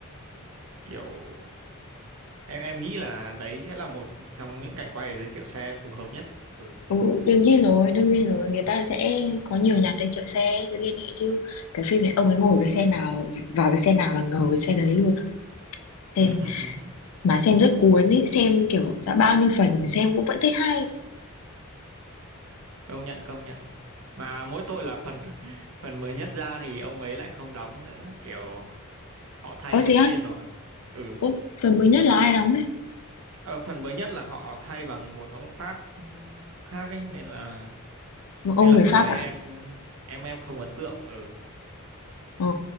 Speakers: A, on the right; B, on the left.
A: kiểu em em nghĩ là đấy sẽ là một trong những cảnh quay để giới thiệu xe phù hợp nhất ừ
B: Ừ, đương nhiên rồi, đương nhiên rồi, người ta sẽ có nhiều nhà tài trợ xe để liên hệ chứ. Cái phim này ông ấy ngồi cái xe nào vào cái xe nào là ngầu cái xe đấy luôn à. Xem
A: ừ, hứ, ừ, hứ.
B: mà xem rất cuốn ý, xem kiểu đã bao nhiêu phần mà xem cũng vẫn thấy hay
A: công nhận công nhận mà mỗi tội là phần <laughs> phần mới nhất ra thì ông ấy lại không đóng nữa kiểu họ thay
B: Ơ
A: diễn
B: thế á,
A: viên rồi ừ
B: Ủa, phần mới nhất là ai đóng đấy?
A: ở phần mới nhất là họ thay bằng một ông Pháp ừ, khác ấy nên là
B: Ông
A: nên là
B: người
A: phần
B: Pháp
A: đấy
B: à?
A: em em em không ấn tượng ừ
B: Ờ,